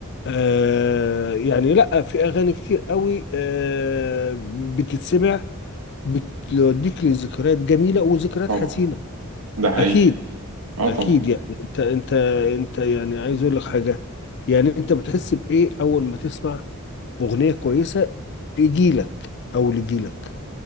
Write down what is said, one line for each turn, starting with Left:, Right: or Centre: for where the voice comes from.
Left: آه يعني لا في اغاني كتير قوي آه بتتسمع بتوديك لذكريات جميلة وذكريات
Right: طبعا
Left: حزينة
Right: ده حقيقي
Left: اكيد
Right: اه
Left: اكيد
Right: طبعا
Left: يعني انت انت انت يعني عايز اقول لك حاجة يعني انت بتحس بايه اول ما تسمع اغنية كويسة لجيلك او لجيلك